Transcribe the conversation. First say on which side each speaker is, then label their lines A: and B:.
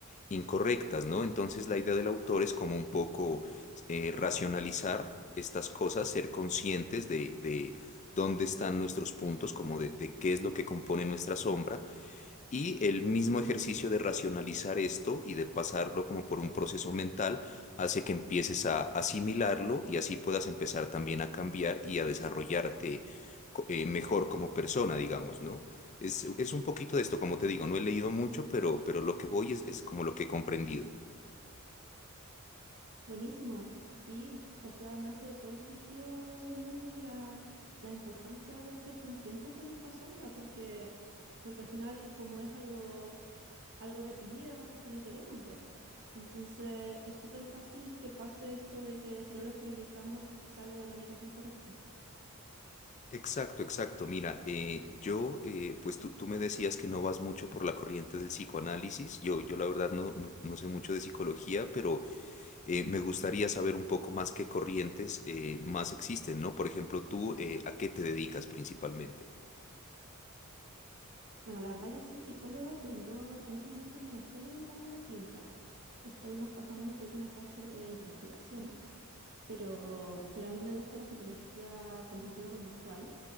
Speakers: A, on the left (about 35°); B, on the right (about 55°).
A: incorrectas, ¿no? Entonces la idea del autor es como un poco eh, racionalizar estas cosas, ser conscientes de, de dónde están nuestros puntos, como de, de qué es lo que compone nuestra sombra y el mismo ejercicio de racionalizar esto y de pasarlo como por un proceso mental hace que empieces a asimilarlo y así puedas empezar también a cambiar y a desarrollarte co- eh, mejor como persona, digamos, ¿no? Es, es un poquito de esto, como te digo, no he leído mucho, pero, pero lo que voy es, es como lo que he comprendido.
B: Buenísimo. Y, o sea, me hace todo el sentido del mundo la, la importancia de ser conscientes de nuestra sombra, porque, porque al final, como es algo algo reprimido, es algo que no queremos ver. Entonces es súper fácil que pase esto de que si no lo exteriorizamos sale de maneras incorrectas.
A: Exacto, exacto. Mira, eh, yo, eh, pues tú, tú me decías que no vas mucho por la corriente del psicoanálisis. Yo, yo la verdad no, no, no sé mucho de psicología, pero Eh, me gustaría saber un poco más qué corrientes eh, más existen, ¿no? Por ejemplo, tú, eh, ¿a qué te dedicas principalmente?
B: Bueno, la verdad yo soy psicóloga, pero no, en estos momentos no me estoy dedicando a la clínica, estoy más pasando por una fase de investigación, pero, pero a mí me gusta la psicología cognitivo-conductual,